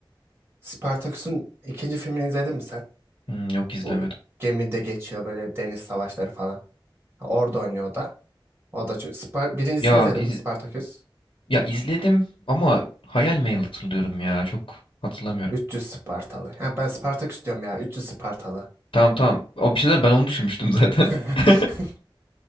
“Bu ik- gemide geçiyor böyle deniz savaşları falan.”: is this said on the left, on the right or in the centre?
Right